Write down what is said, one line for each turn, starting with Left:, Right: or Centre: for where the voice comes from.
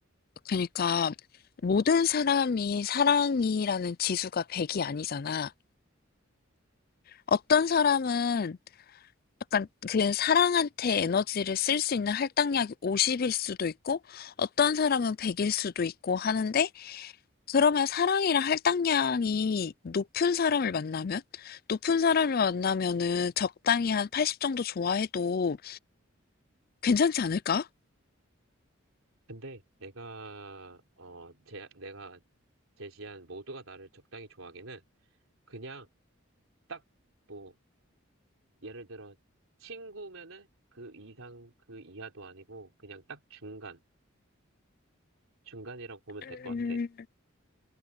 Left: 그러니까 모든 사람이 사랑이라는 지수가 100이 아니잖아. 어떤 사람은 약간 그 사랑한테 에너지를 쓸 수 있는 할당량이 50일 수도 있고 어떤 사람은 100일 수도 있고 하는데 그러면 사랑이랑 할당량이 높은 사람을 만나면 높은 사람을 만나면은 적당히 한 80 정도 좋아해도 괜찮지 않을까?
Right: 근데 내가, 어, 제, 내가 제시한 모두가 나를 적당히 좋아하기는 그냥 딱뭐 예를 들어 친구면은 그 이상 그 이하도 아니고 그냥 딱 중간 중간이라고 보면
Left: 음,
Right: 될 것 같아.